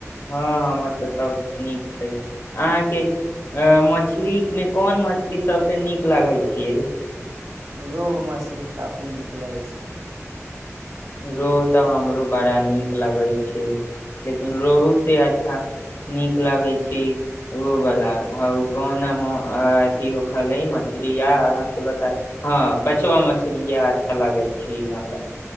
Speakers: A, on the left (about 60°); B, on the right (about 80°).
A: हँ हमर तऽ सब नीक छै अहाँके मछली मे कोन मछली सबस नीक लागै छियै
B: रोहु मछली काफी नीक लगै छै
A: रोह तऽ हमरो बड़ा नीक लगै छै लेकिन रोह से अच्छा नीक लगै छै ओहोवला ह कोना अथि हो खै मछरी आ अहाँसँ बता हँ बचबा मछरी य अच्छा लागै छै हमरा